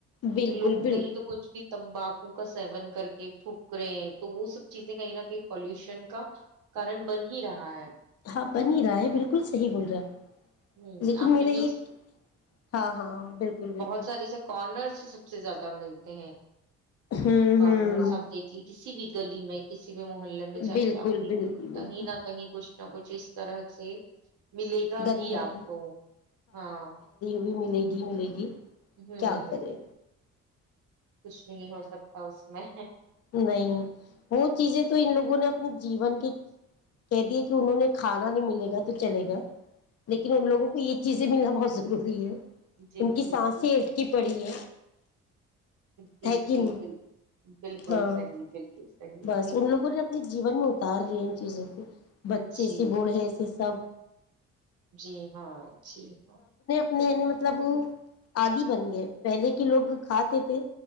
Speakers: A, on the left; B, on the right.
A: بالکل
B: لوگ
A: بالکل
B: نہیں تو کچھ بھی تمبا ک کا سیون کر کے پوکرے ہیں تو وہ سب چیزیں کہیں نہ کہیں پالوشن کا کارن بن ہی رہا ہے
A: ہاں بن ہی رہا ہے بالکل صحیح بول رہا
B: ہ
A: لیکن
B: آپ
A: میرا
B: نے بھی
A: یہ
B: اس-
A: ہاں ہاں بالکل
B: بہت
A: بالکل
B: سارے جیسے کارنرس اس سے سب سے زیادہ ملتے ہیں
A: ہوں
B: کنرس
A: ہوں
B: آپ دیکھ لی کسی بھی گلی میں کسی بھی محلے میں جا
A: بالکل
B: کے آپ دیکھ
A: بالکل بالکل
B: کہیں نہ کہیں کچھ نہ کچھ اس طرح سے ملے گا
A: گندگی
B: ہی آپ کو ہاں
A: بھی ملے گی ملے گی
B: ہوں
A: کیا کرے
B: کچھ نہیں ہو سکتا اس میں
A: نہیں وہ چیزیں تو ان لوگوں نے اپ جیون کے کہہ دیے کہ انہوں نے کھانا نہیں ملے گا تو چلے گا لیکن ان لووں کو یہ چیزیں ملنا بہت ضروری <unintelligible>
B: جی
A: ان
B: جی
A: کی سانس
B: جی
A: ہی اٹک پڑی ہے
B: جی
A: ہے کہ
B: جی
A: نہیں
B: ب بالکل
A: ہاں
B: صحیح بالکل صحیح
A: بس ان لوگوں نے اپنے جیون میں اتار لیا ان چیزوں کو بچے
B: جی
A: سے بوڑھے سے سب
B: جی ہاں جی ہاں
A: نہیں نہیں مطلب آدی بن گئے پہلے کے لوگ کھاتے تھے